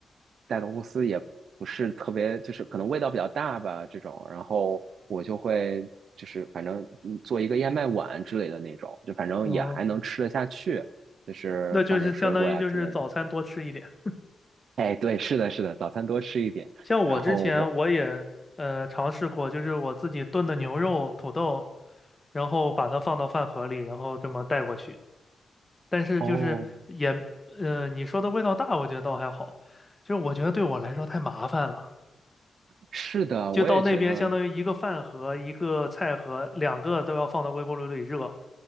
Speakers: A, on the right (about 75°); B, on the left (about 15°).
A: 带到公司也不是特别，就是可能味道比较大吧这种，然后我就会就是反正嗯做一个燕麦碗之类的那种，就反正也还能吃得下去，
B: 哦，
A: 就是放点水果呀之类的。
B: 那就是相当于就是早餐多吃一点。
A: 哎，对，是的，是的，早餐多吃一点，
B: 像我之前我也呃尝试过，
A: 然后我。
B: 就是我自己炖的牛肉、土豆，然后把它放到饭盒里，然后这么带过去。但是就是也呃，
A: 哦，
B: 你说的味道大，我觉得倒还好，就是我觉得对我来说太麻烦了。
A: 是的，
B: 就到那边，
A: 我也觉得，
B: 相当于一个饭盒、一个菜盒，两个都要放到微波炉里热。